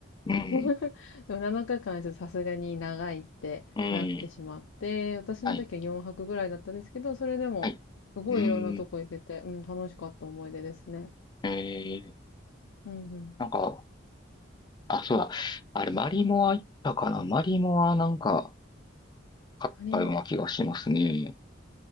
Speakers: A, on the left; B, on the left.
A: うん、
B: <laughs> でも7日間ちょっとさすがに長いってなってしまって、
A: うん、
B: 私の時は4泊ぐらいだったんですけど、
A: はい、
B: それでもすごいいろんなとこ行けて、
A: はい、うん。
B: うん、楽しかった思い出ですね。
A: ええ
B: うんうん。
A: なんか、あ、そうだ。あれ、マリモは行ったかなマリモはなんか、買ったような気がしますね。
B: 他にも